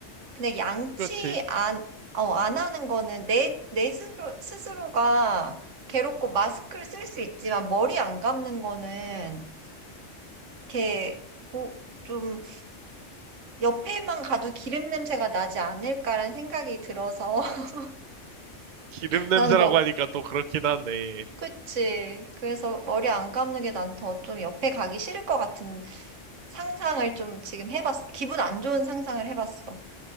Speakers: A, on the right; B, on the right.
A: 근데 양치
B: 그렇지.
A: 안, 어, 안 하는 거는 내, 내 스스로, 스스로가 괴롭고 마스크를 쓸 수 있지만 머리 안 감는 거는 이렇게 오- 좀 옆에만 가도 기름 냄새가 나지 않을까라는 생각이 들어서 <laughs>
B: 기름 냄새라고
A: 나는 뭐
B: 하니까 또 그렇긴 하네.
A: 그치. 그래서 머리 안 감는 게 난 더 좀 옆에 가기 싫을 것 같은 상상을 좀 지금 해봤어. 기분 안 좋은 상상을 해봤어.